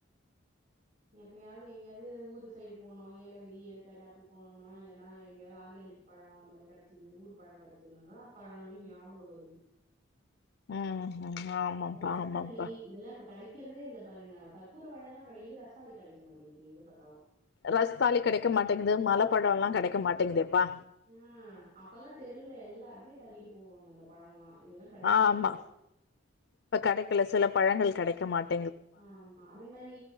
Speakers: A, on the right; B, on the left.
A: எப்பயாவ்து எங்கேயாவ்து ஊரு சைடு போனு ஏலகிரி ஏற்காடு அப்டி போணுனா இல்லன்னா எங்கயாவ் ஆர்கா னிக்கி பழோ அந்த மாரி கெடச்சிது ஊரு பழோ கடச்சத்னாதா பழமே ஞாபக வருது
B: ம் ம் ஆமாம்ப்பா
A: ரஸ்தாலி
B: ஆமாம்ப்பா
A: இதெல்லா இப்ப கடை க்கிறதே இல்ல பாருங்க கற்பூர வாழலா கடைக்குது ரஸ்தாலி கெடைக்க மாட்டேங்குது எங்க பாத்தாலு
B: ரஸ்தாலி கெடைக்க மாட்டேங்குது மலப்பழோ எல்லா கெடைக்க மாட்டேங்குதேப்பா
A: அ அப்பல்லா தெருவுல எல்லா எடத்ல்யு தள்ளிட்டு போவாங்க அந்த பழோல்லா இதெல்லா கெடைக்கவே
B: ஆமா
A: இல்ல
B: இப்ப கெடைக்கல சில பழங்கள் கெடைக்க மாட்
A: ஆமா அதே மாரி